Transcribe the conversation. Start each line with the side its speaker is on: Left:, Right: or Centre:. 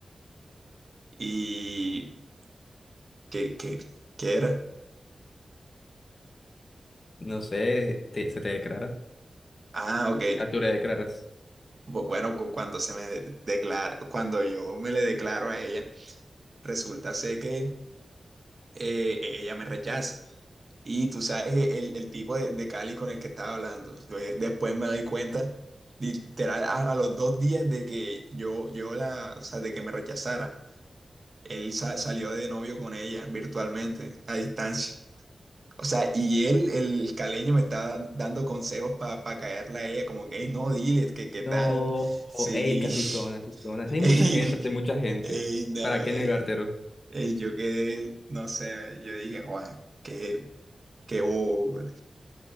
Right: ¿Y qué, qué, qué era?
Left: No sé, te- se te declara.
Right: Ah, ok.
Left: Ah, tú le declaras.
Right: Bu- Bueno, cu- cuando se me de- declara, cuando yo me le declaro a ella, resulta ser que... eh, ella me rechaza. Y tú sabes e, el, el tipo de, de Cali con el que estaba hablando. De- Después me doy cuenta, literal, a, a los dos días de que yo, yo la, o sea, de que me rechazara, él sa- salió de novio con ella virtualmente, a distancia. O sea, y él, el caleño, me estaba dando consejos para caerle a ella, como que, "Ey, no, dile, que qué tal.
Left: No,
Right: Sí.
Left: ey, es que así son, así
Right: <laughs>
Left: son. Así hay
Right: Ey,
Left: mucha gente, así hay mucha gente.
Right: ey, no,
Left: ¿Para qué
Right: ey,
Left: negártelo?
Right: y yo quedé, no sé, yo dije, Juan, qué, qué bobo. güey".